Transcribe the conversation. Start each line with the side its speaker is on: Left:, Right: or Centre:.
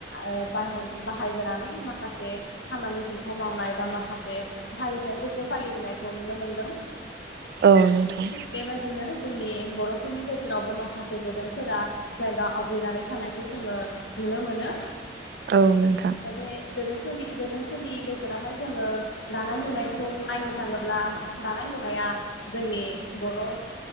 Left: ओ बाहाय बाहायबोनानै माखासे खामानिफोरखौ मावनाय बा माखासे फाालिथायफोरखौ फालिबोनायखौ नुनो मोनदों।
Right: औ नोंथां
Left: थिग बे बादिनो जोंनि बर'फोरनि गेजेरावबो माखासे दोरोंफोरा जायगा आवग्रिनानै थानायखौ जोंङो नुनो मोनो
Right: औ नोंथां
Left: बे दोरोंफोरनि दोरोंफोरनि गेजेरावहाय जोंङो दानाय - लुनायखौ नायनो थाङोब्ला दानाय - लुनाया जोंनि बर'-